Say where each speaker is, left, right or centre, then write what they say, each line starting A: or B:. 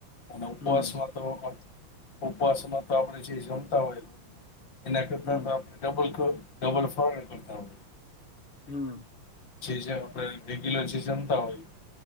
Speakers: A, on the left; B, on the left.
A: અને ઉપવાસમા
B: હમ
A: તો ઉપવાસમાં તો આપડે જે જમતા હોય એના કરતા
B: હમ
A: તો આપણે ડબલ ડબલ ફરાડ <unintelligible> કરતા હોય.
B: હમ
A: જે જે આપણે રેગ્યુલર જે જમતા હોય.